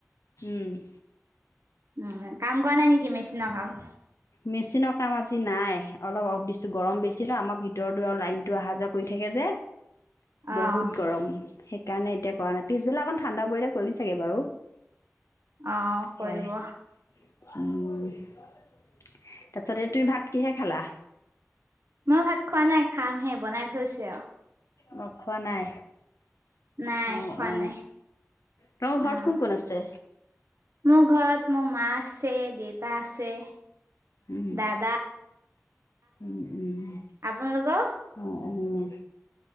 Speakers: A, on the left (about 85°); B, on the right (about 65°).
A: উম
B: উম কাম কৰা নাই নেকি মেচিনৰ কাম
A: মেচিনৰ কাম আজি নাই অলপ অফ দিছো গৰম বেছি ন আমাৰ ভিতৰত ভিতৰ দ লাইনটো অহা যোৱা কৰি থাকে যে
B: অ',
A: বহুত গৰম সেইকাৰণে এতিয়া কৰা নাই পিছবেলা অকণ ঠাণ্ডা পৰিলে কৰিম চাগে বাৰু
B: অ
A: সেয়াই
B: কৰিব
A: উম <unintelligible> তাৰ পিছতে তুমি ভাত কিহে খালা
B: মই ভাত খোৱা নাই খামহে বনাই থৈছে আৰু
A: মই খোৱা নাই
B: নাই
A: অ
B: খোৱা
A: অ
B: নাই
A: তোমাৰ ঘৰত
B: অ',
A: কোন কোন আছে
B: মোৰ ঘৰত মোৰ মা আছে দেতা আছে
A: উম
B: দাদা
A: উম উম
B: আপোনালোকৰ?
A: অ উম